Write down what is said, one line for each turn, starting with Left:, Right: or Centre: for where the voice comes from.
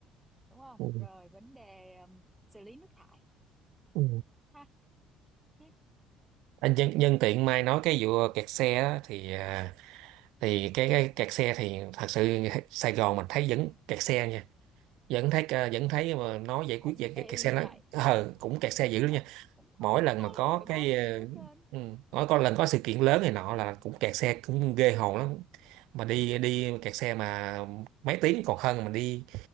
Centre: đúng không
Right: ừ
Centre: rồi vấn đề um, xử lý nước thải
Right: ừ.
Centre: ha Thế
Right: Anh nhân, nhân tiện mai
Centre: chứ
Right: nói cái vụ kẹt xe á, thì à, thì cái, cái kẹt xe thì thật sự Sài Gòn mình thấy vẫn kẹt xe nha vẫn thấy ờ, vẫn thấy mà nó giải
Centre: cũng
Right: quyết về
Centre: y
Right: cái kẹt xe nó
Centre: vậy
Right: ờ cũng kẹt xe
Centre: đúng
Right: dữ lắm
Centre: vậy
Right: nha
Centre: cũng không
Right: mỗi
Centre: có
Right: lần
Centre: thay
Right: mà có
Centre: đổi bao
Right: cái
Centre: nhiêu
Right: ờ,
Centre: hết trơn
Right: ừ, mỗi có lần có sự kiện lớn này nọ là cũng kẹt xe cũng ghê hồn lắm mà đi đi kẹt xe mà mấy tiếng còn hơn mà đi